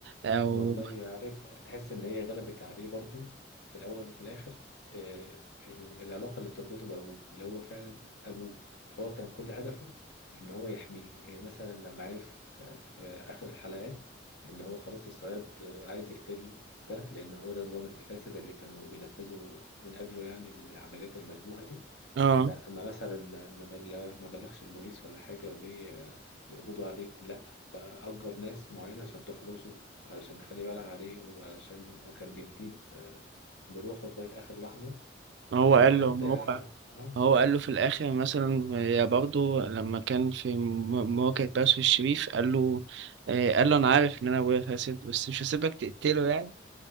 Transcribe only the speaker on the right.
او
اه
ما هو
قال
له
ما هو
ما هو قال له في الاخر مثلا آه، يا برضه لما كان في م- مواجهة باسل الشريف قال له آه، قال له انا عارف ان انا ابويا فاسد بس مش هسيبك تقتله يعني